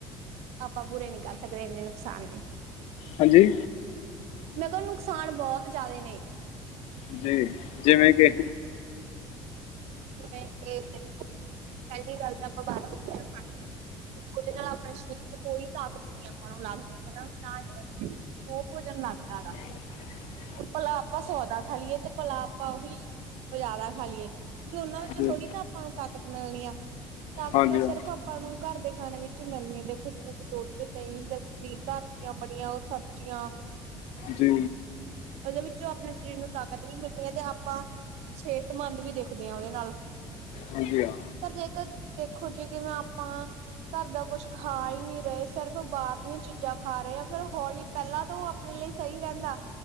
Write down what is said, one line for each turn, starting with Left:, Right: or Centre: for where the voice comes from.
Right: ਆਪਾਂ। ਪੂਰੇ। ਨੀ। ਕਰ। ਸਕਦੇ। ਇੰਨੇ। ਨੁਕਸਾਨ। ਨੇ।
Left: ਹਾਂਜੀ।
Right: ਮੈਂ। ਕਿਹਾ। ਨੁਕਸਾਨ। ਬਹੁਤ। ਜ਼ਿਆਦਾ। ਨੇ।
Left: ਜੀ। ਜਿਵੇਂ। ਕਿ।
Right: ਜਵੇ। ਇਹਖ। ਪਹਿਲੀ। ਗੱਲ। ਤਾਂ। ਆਪਾਂ। ਬਦ। ਉਹਦੇ। ਨਾਲ। ਆਪਣੇ। ਸਰੀਰ। ਚ। ਕੋਈ। ਤਾਕਤ। ਨਹੀਂ। ਆਪਾਂ। ਨੂੰ। ਲੱਗਦੇ। ਹਨਾ। ਨਾ। ਹੀ। ਰਦੇ। ਉਹ। ਭੋਜਨ। ਲੱਗਦਾ। ਵਾ।
Left: ਹਨ।
Right: ਭਲਾ ਆਪਾਂ ਸੌਦਾ ਖਾ ਲਈਏ ਤੇ ਭਲਾ ਆਪਾਂ ਉਹੀ ਜ਼ਿਆਦਾ ਖਾ ਲਈਏ। ਕਿਉਂਕਿ ਉਹਨਾਂ ਵਿੱਚੋਂ
Left: ਜੀ
Right: ਥੋੜ੍ਹੀ ਨਾ ਆਪਾਂ ਨੂੰ ਤਾਕਤ ਮਿਲਣੀ ਆ। ਤਾਕਤ
Left: ਹਾਂਜੀ ਹਾਂ।
Right: ਸਿਰਫ ਆਪਾਂ ਨੂੰ ਘਰ ਦੇਖਾਣੇ ਵਿੱਚ ਮਿਲਣੀ ਹੈ। ਦੇਖੋ ਜਿਵੇਂ ਕਿ ਦੁੱਧ ਦਹੀਂ ਲੱਸੀ ਘਰ ਬਣੀਆਂ ਉਹ ਸਬਜ਼ੀਆਂ।
Left: ਜੀ।
Right: ਉਹਦੇ ਵਿੱਚੋਂ ਆਪਣੇ ਸਰੀਰ ਨੂੰ ਤਾਕਤ ਵੀ ਮਿਲਣੀ ਹੈ ਤੇ ਆਪਾਂ ਸਿਹਤਮੰਦ ਵੀ ਦੇਖਦੇ ਹਾਂ ਉਹਦੇ ਨਾਲ
Left: ਹਾਂਜੀ ਹਾਂ
Right: ਪਰ ਜੇਕਰ ਦੇਖੋ ਜ ਕਿਵੇਂ ਆਪਾਂ ਘਰ ਦਾ ਕੁਛ ਖਾ ਹੀ ਨਹੀ ਰਹੇ ਸਿਰਫ ਬਾਹਰ ਦੀ ਚੀਜ਼ਾਂ ਖਾ ਰਹੇ ਆ ਫੇਿਰ ਹੌਲੀ ਪਹਿਲਾਂ ਤੋਂ ਆਪਣੇ ਲਈ ਸਹੀ ਰਹਿੰਦਾ